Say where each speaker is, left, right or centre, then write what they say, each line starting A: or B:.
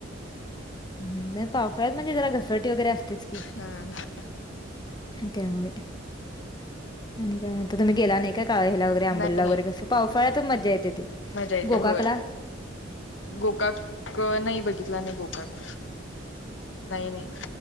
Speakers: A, on the left; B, on the left.
A: नाही पावफळ्यात म्हणजे जरा घस फट वगैरे असतेच की.
B: ह, ह
A: हं, त्यामुळे आणि काय म्हण तुम्ही गेला नाही का काळ ला
B: हम्
A: त्या आंबोला
B: नाही नाही
A: वगैरे कसं पावसाळ्यातच मज्जा येते ते
B: मजा येते
A: गोकाकला
B: होय गोकाक क नाही बघितला मी, गोकाक नाही नाही